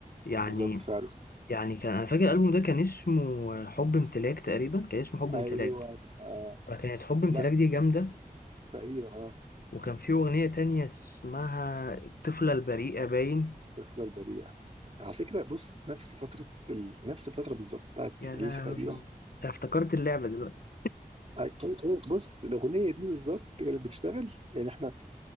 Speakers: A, on the left; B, on the right.
A: يعني
B: بالظبط فعلا
A: يعني كان انا فاكر الالبوم ده كان اسمه حب امتلاك تقريبا كان اسمه حب
B: ايوه
A: امتلاك
B: آه.
A: فكانت حب امتلاك
B: لا
A: دي جامده
B: تقريبا اه
A: وكان في اغنيه تانية اسمها الطفله البريئه باين
B: الرحلة البريئة على فكرة بص نفس فترة ال... نفس الفترة بالظبط بتاعت
A: يا
B: إليسا
A: لهوي
B: تقريبا
A: أنا افتكرت اللعبه دلوقتي
B: أي... أي... أي... بص الأغنية دي بالظبط كانت بتشتغل يعني احنا